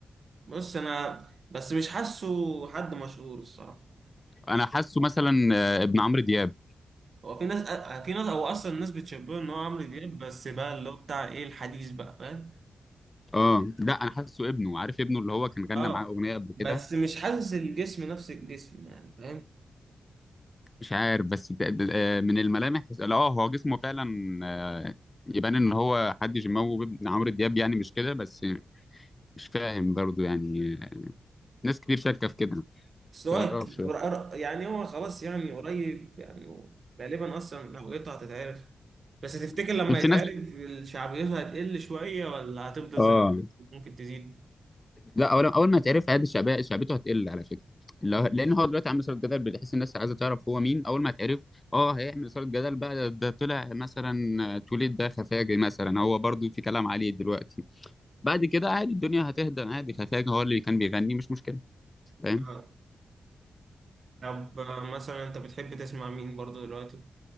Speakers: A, on the right (about 60°); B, on the left (about 25°).
A: بص انا بس مش حاسه حد مشهور الصراحه
B: انا حاسه مثلا آه، ابن عمرو دياب
A: هو في ناس في ناس هو اصلا الناس بتشبهه ان هو عمرو دياب بس بقى اللي هو بتاع ايه الحديث بقى فاهم
B: اه لا انا حاسه ابنه عارف ابنه اللي هو كان غنى
A: اه
B: معاه اغنيه قبل
A: بس
B: كده
A: مش حاسس الجسم نفس الجسم يعني فاهم
B: مش عارف بس تق- آه، من الملامح تس- لا اه هو جسمه فعلا آه، يبان ان هو حد جيماوي وابن عمرو دياب يعني مش كده بس مش فاهم برضه يعني ناس كتير شاكه في كده
A: بس هو
B: متعرفش
A: ك- ور- يعني هو خلاص يعني قريب يعني هو غالبا اصلا هويته هتتعرف بس تفتكر
B: شفت
A: لما يتعرف
B: ناس
A: شعبيته هتقل شوية ولا هتفضل
B: اه
A: زي ما هي؟ ممكن تزيد
B: لا اول اول ما تعرف عادي شعبيه شعبيته هتقل على فكره لو- لان هو دلوقتي عامل صوره جدل بتحس الناس عايزه تعرف هو مين اول ما تعرف اه هيعمل صوره جدل بقى ده ده طلع مثلا آه، توليد ده خفاجي مثلا هو برضه في كلام عليه دلوقتي بعد كده عادي الدنيا هتهدى عادي خفاجة هو اللي كان بيغني مش مشكلة فاهم
A: آه. طب آه، مثلا انت بتحب تسمع مين برضو دلوقتي